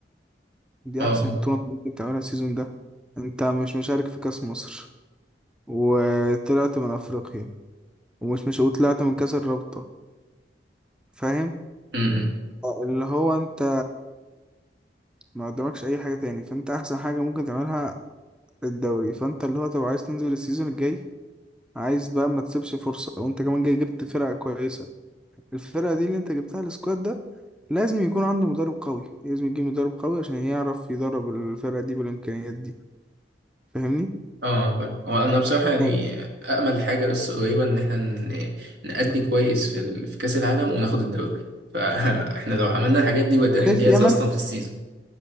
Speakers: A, in the centre; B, on the right.
A: دي
B: اه
A: احسن بطولة ممكن تعملها السيزون ده انت مش مشارك في كأس مصر وطلعت من افريقيا ومش مش وطلعت من كاس الرابطة فاهم
B: امم
A: اللي هو انت ما قدامكش اي حاجة تاني فانت احسن حاجة ممكن تعملها الدوري فانت اللي هو طب عايز تنزل السيزون الجاي عايز بقى ما تسيبش فرصة وانت كمان جاي جبت فرقة كويسة الفرقة دي اللي انت جبتها السكواد ده لازم يكون عنده مدرب قوي لازم يجيب مدرب قوي عشان يعرف يدرب الفرقة دي بالامكانيات دي فاهمني
B: اه آه، فاهم هو أنا بصراحة يعني
A: يعني
B: أأمل حاجة بس قريبة إن إحنا ن- نأدي كويس في ال... في كأس العالم وناخد الدوري فإحنا <laughs> لو عملنا الحاجات دي بدأ
A: شايف
B: إنجاز
A: في امل
B: أصلا في السيزون